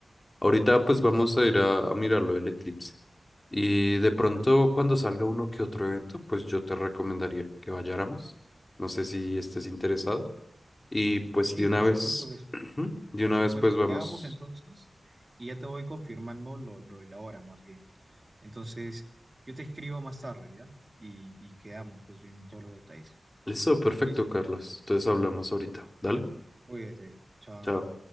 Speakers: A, on the left (about 25°); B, on the right (about 30°).
A: Ahorita pues
B: Ujú.
A: vamos a ir a, a mirarlo el eclipse y de pronto
B: Perfecto.
A: cuando salga uno que otro evento, pues yo te recomendaría que vayáramos. No sé si estés interesado y pues
B: Sí,
A: de una
B: por
A: vez,
B: supuesto que sí.
A: <clears throat> de
B: Por
A: una
B: supuesto,
A: vez pues vamos.
B: quedamos entonces y ya te voy confirmando lo, lo de la hora más bien. Entonces, yo te escribo más tarde, ¿ya? Y, y quedamos pues bien en todos los detalles.
A: Listo, perfecto,
B: Listo, hermano.
A: Carlos. Entonces hablamos ahorita. Dale,
B: Cuídate. Chao.
A: chao.